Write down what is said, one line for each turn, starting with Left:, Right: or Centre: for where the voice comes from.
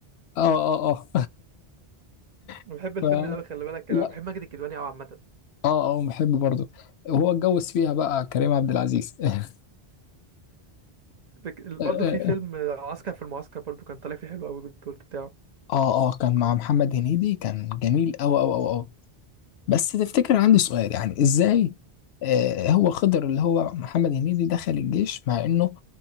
Left: اه اه اه
Right: أنا
Left: <laughs>
Right: بحب الفيلم
Left: ف
Right: ده قوي خلي بالك كده.
Left: لا
Right: انا بحب ماجد الكدواني قوي عامه
Left: اه اه بحب برضه وهو اتجوز فيها بقى كريم عبد العزيز <laughs>
Right: فك- برضه
Left: اه
Right: في فيلم عسكر في المعسكر برضه كان طالع فيه حلو قوي الدور بتاعه
Left: اه اه كان مع محمد هنيدي كان جميل أوي أوي أوي أوي بس تفتكر عندي سؤال يعني ازاي آه هو خضر اللي هو محمد هنيدي دخل الجيش مع انه